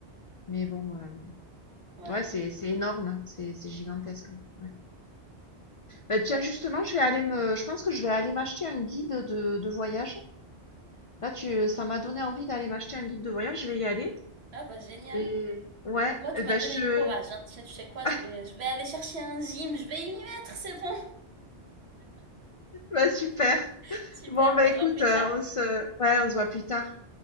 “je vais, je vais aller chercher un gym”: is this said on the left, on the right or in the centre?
Right